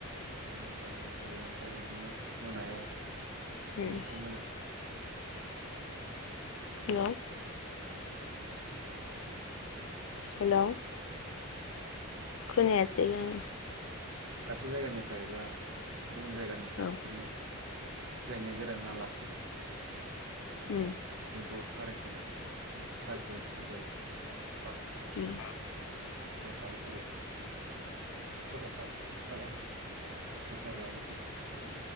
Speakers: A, on the right; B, on the left.
A: उम मोसा फुजा होनाय जायो ओमफ्राय बिदिनो मोनायाव
B: माने
A: देंखो मोना
B: हेल'। हेल'। खोनायासै आङो।
A: दाबसे जायगानिफ्राय बा गुबुन जायगानिफ्रायनो
B: औ
A: बुजायनो गोरां आलासि
B: उम।
A: बर' हारिनि सागै <unintelligible>
B: उम।
A: <unintelligible> <unintelligible> बैसागोआ बर'